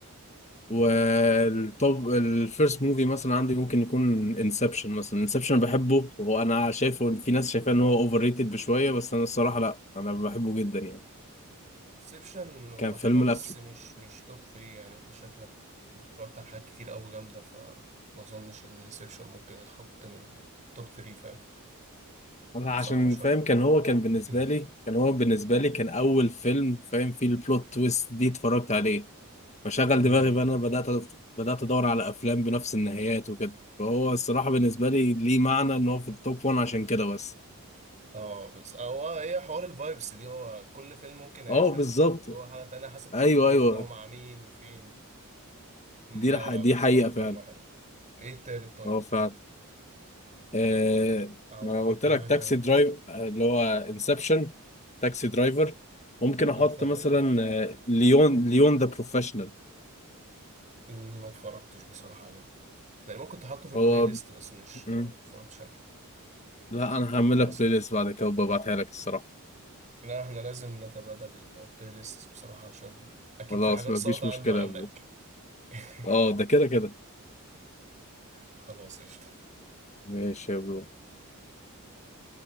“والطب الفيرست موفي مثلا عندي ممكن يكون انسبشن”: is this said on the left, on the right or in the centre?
Left